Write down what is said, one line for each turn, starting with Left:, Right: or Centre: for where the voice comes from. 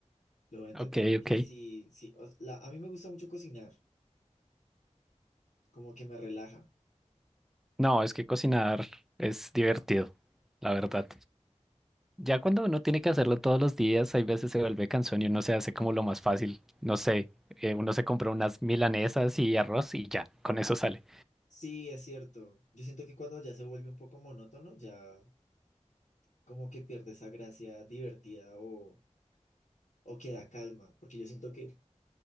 Left: Lo voy a intentar
Centre: Ok,
Left: porque
Centre: ok.
Left: sí, sí, o- la- a mí me gusta mucho cocinar, como que me relaja.
Centre: No, es que cocinar es divertido, la verdad. Ya cuando uno tiene que hacerlo todos los días, hay veces se vuelve cansón y uno se hace como lo más fácil. No sé, eh, uno se compra unas milanesas y arroz y ya, con eso sale.
Left: Sí, es cierto. Yo siento que cuando ya se vuelve un poco monótono, ya como que pierde esa gracia divertida o, o queda calma, porque yo siento que